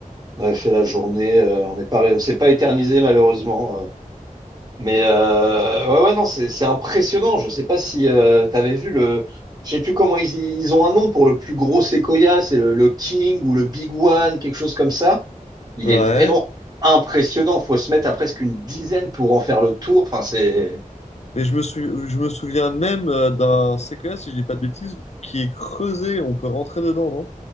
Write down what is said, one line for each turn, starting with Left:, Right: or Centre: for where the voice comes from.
Right: On avait fait la journée, euh, on n'est pas, on s'est pas éternisé malheureusement. euh. Mais euh, ouais, ouais, non, c'est c'est impressionnant. Je sais pas si euh, t'avais vu le, je sais plus comment ils, ils ont un nom pour le plus gros séquoia, c'est le, le King ou le Big One, quelque chose comme ça. Il
Left: Ouais.
Right: est vraiment impressionnant. Faut se mettre à presque une dizaine pour en faire le tour. Enfin, c'est,
Left: Mais je me sou- je me souviens même euh, d'un Sequoia, si je dis pas de bêtises, qui est creusé, on peut rentrer dedans, non?